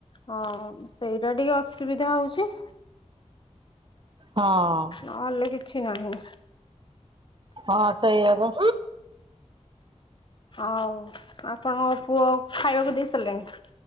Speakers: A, on the left; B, on the right.
A: ହଁ, ସେଇଟା ଟିକେ ଅସୁବିଧା ହଉଚି।
B: ହଁ।
A: ନହେଲେ କିଛି ନାହିଁ।
B: ହଁ ସେଇଆ ବା।
A: ଆଉ ଆପଣଙ୍କ ପୁଅ ଖାଇଆକୁ ଦେଇ ସାରିଲେଣି?